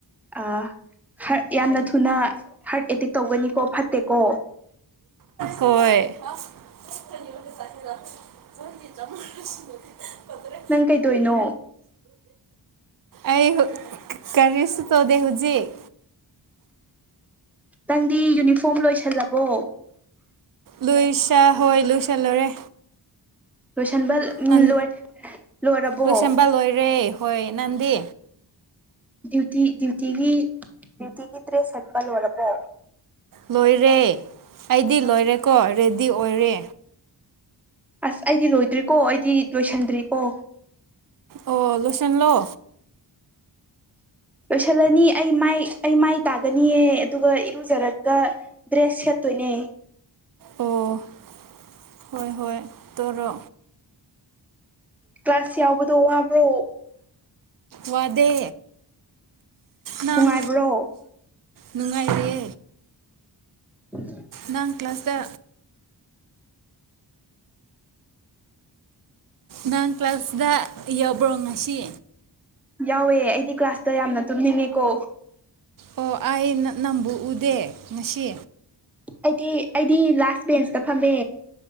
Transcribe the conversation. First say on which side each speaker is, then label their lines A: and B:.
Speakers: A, in the centre; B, on the right (about 50°).
A: ꯑ ꯍ꯭ꯔꯠ ꯌꯥꯝꯅ ꯊꯨꯅ ꯍꯥ꯭ꯔꯠ ꯑꯦꯇꯦꯛ ꯇꯧꯒꯅꯤꯀꯣ ꯐꯠꯇꯦꯀꯣ
B: ꯍꯣꯏ <unintelligible> <unintelligible>
A: ꯅꯪ ꯀꯩꯗꯣꯏꯅꯣ
B: ꯑꯩ ꯍꯨ ꯀꯔꯤꯁꯨ ꯇꯧꯗꯦ ꯍꯨꯖꯤꯛ
A: ꯅꯪꯗꯤ ꯌꯨꯅꯤꯐꯣꯝ ꯂꯣꯏꯁꯜꯂꯕꯣ
B: ꯂꯨꯏ ꯁ ꯍꯣꯏ ꯂꯨꯏꯁꯂꯨꯔꯦ
A: ꯂꯣꯏꯁꯟꯕ ꯎꯝ
B: ꯅꯟ
A: ꯂꯣꯏ ꯂꯣꯏꯔꯕꯣ
B: ꯂꯣꯏꯁꯟꯕ ꯂꯣꯏꯔꯦ ꯍꯣꯏ ꯅꯪꯗꯤ
A: ꯗ꯭ꯌꯨꯇꯤ ꯗ꯭ꯌꯨꯇꯤꯒꯤ ꯗ꯭ꯌꯨꯇꯤꯒꯤ ꯗ꯭ꯔꯦꯁ ꯁꯦꯠꯄ ꯂꯣꯏꯔꯕꯣ
B: ꯂꯣꯏꯔꯦ ꯑꯩꯗꯤ ꯂꯣꯏꯔꯦꯀꯣ ꯔꯦꯗꯤ ꯑꯣꯏꯔꯦ
A: ꯑꯁ ꯑꯩꯗꯤ ꯂꯣꯏꯗ꯭ꯔꯤꯀꯣ ꯑꯩꯗꯤ ꯂꯣꯏꯁꯟꯗ꯭ꯔꯤꯀꯣ
B: ꯑꯣ ꯂꯣꯏꯁꯟꯂꯣ
A: ꯂꯣꯏꯁꯜꯂꯅꯤ ꯑꯩ ꯃꯥꯏ ꯑꯩ ꯃꯥꯏ ꯇꯥ ꯒꯅꯤꯌꯦ ꯑꯗꯨꯒ ꯏꯔꯨꯖꯔꯒ ꯗ꯭ꯔꯦꯁ ꯁꯦꯠꯇꯣꯏꯅꯦ
B: ꯑꯣ ꯍꯣꯏ ꯍꯣꯏ ꯇꯧꯔꯣ
A: ꯀ꯭ꯂꯥꯁ ꯌꯥꯎꯕꯗꯣ ꯋꯥꯕ꯭ꯔꯣ
B: ꯋꯥꯗꯦ ꯅꯪ
A: ꯅꯨꯡꯉꯥꯏꯕ꯭ꯔꯣ
B: ꯅꯨꯡꯉꯥꯏꯔꯦ
A: ꯎꯝ <inaudible>
B: ꯅꯪ ꯀ꯭ꯂꯥꯁꯇ ꯅꯪ ꯀ꯭ꯂꯥꯁꯗ ꯌꯥꯎꯕ꯭ꯔꯣ ꯉꯁꯤ
A: ꯌꯥꯎꯋꯦ ꯑꯩꯗꯤ ꯀ꯭ꯂꯥꯁꯇ ꯌꯥꯝꯅ ꯇꯨꯝꯅꯤꯡꯉꯦꯀꯣ
B: ꯑꯣ ꯑꯩꯅ ꯅꯪꯕꯨ ꯎꯗꯦ ꯉꯁꯤ
A: ꯑꯩꯗꯤ ꯑꯩꯗꯤ ꯂꯥꯁ ꯕꯦꯟꯁꯇ ꯐꯝꯃꯦ